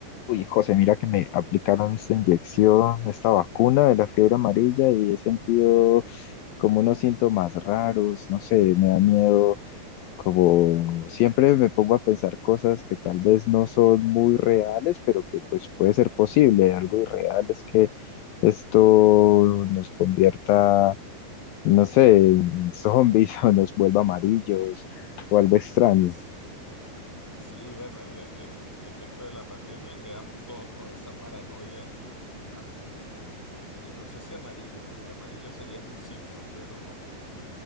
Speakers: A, on the left; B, in the centre.
A: Uy, José, mira que me aplicaron esta inyección, esta vacuna de la fiebre amarilla y he sentido como unos síntomas raros, no sé, me da miedo, como siempre me pongo a pensar cosas que tal vez no son muy reales, pero que pues puede ser posible. Algo irreal es que esto nos convierta, no sé, en zombies <laughs> o nos vuelva amarillos o algo extraño.
B: <laughs> Sí, bueno, desde el efecto de la pandemia quedamos todos con esa paranoia absoluta. Y no sé si amarillo, porque amarillo sería un Simpson, pero